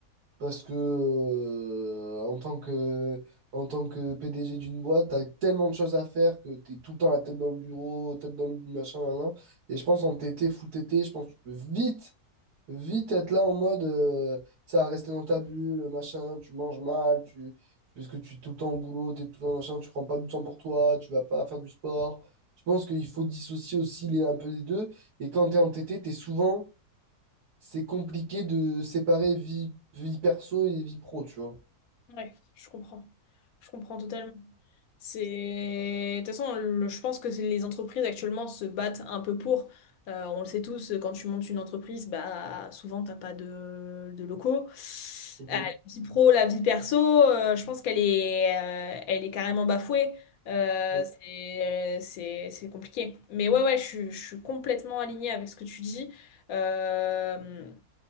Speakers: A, on the right; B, on the left.
A: parce que euh, en tant que, en tant que PDG d'une boîte, t'as tellement de choses à faire que t'es tout le temps la tête dans le bureau, tête dans le machin, là, là. Et je pense en TT, full TT, je pense que tu peux vite, vite être là en mode, euh, tu sais, à rester dans ta bulle, machin, tu manges mal, tu, parce que tu es tout le temps au boulot, tu es tout le temps machin, tu prends pas du temps pour toi, tu vas pas faire du sport. Je pense qu'il faut dissocier aussi les, un peu les deux. Et quand tu es en TT, tu es souvent c'est compliqué de séparer vie, vie perso et vie pro, tu vois.
B: Ouais, je comprends. Je comprends totalement. C'est... De toute façon, le- je pense que c'est- les entreprises actuellement se battent un peu pour. Euh, on le sait tous, quand tu montes une entreprise, bah, souvent, t'as pas de, de locaux.
A: Mhm.
B: Euh, la vie pro, la vie perso, euh, je pense qu'elle est, euh, elle est carrément bafouée. Euh,
A: Mhm.
B: c'est, c'est, c'est compliqué. Mais ouais, ouais, je, suis- je suis complètement alignée avec ce que tu dis. Euh,